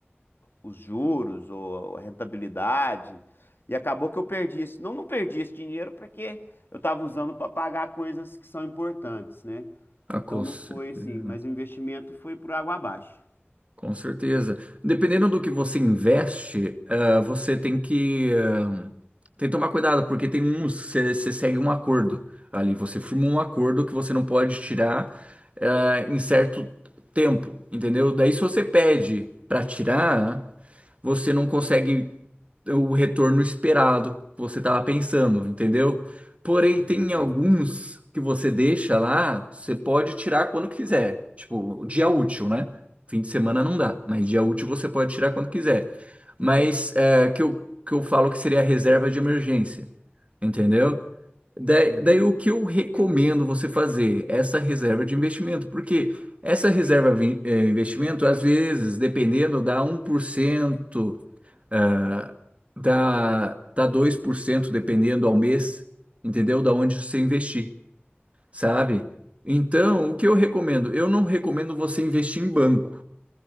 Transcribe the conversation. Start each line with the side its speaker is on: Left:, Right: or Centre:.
Left: os juros ou a rentabilidade. E acabou que eu perdi esse, não, não perdi esse dinheiro porque eu estava usando para pagar coisas que são importantes, né?
Right: Ah,
Left: Então
Right: com
Left: não
Right: certeza.
Left: foi assim, mas o investimento foi por água abaixo.
Right: Com certeza. Dependendo do que você investe, ah, você tem que, ah, tem que tomar cuidado, porque tem uns, você você segue um acordo ali, você firma um acordo que você não pode tirar, ah, em certo tempo, entendeu? Daí se você pede para tirar, você não consegue o retorno esperado que você estava pensando, entendeu? Porém,
Left: Entendi.
Right: tem alguns que você deixa lá, você pode tirar quando quiser. Tipo, dia útil, né? Fim de semana não dá, mas dia útil você pode tirar quando quiser. Mas é, que eu, que eu falo que seria a reserva de emergência, entendeu? Daí,
Left: Uhum.
Right: daí o que eu recomendo você fazer? Essa reserva de investimento, porque essa reserva de investimento, às vezes, dependendo, dá um por cento né? dá, dá 2% dependendo ao mês, entendeu? Da onde você investir, sabe? Então, o que eu recomendo? Eu não recomendo você investir em banco.